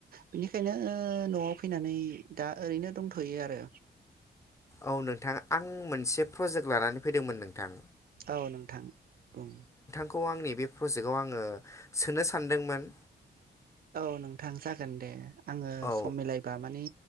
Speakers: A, on the right; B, on the left.
A: बेनिखायनो ओ नआव फैनानै दा ओरैनो दंथयो आरो
B: औ नोंथां आं मोनसे प्रजेक्ट लानानै फैदोंमोन नोंथां
A: औ नोंथां बुं
B: खौ आंनि बे प्रजेक्ट आव आङो सोनो सानदोंमोन
A: औ नोंथां जागोन दे आङो
B: औ
A: सम मिलायबा माने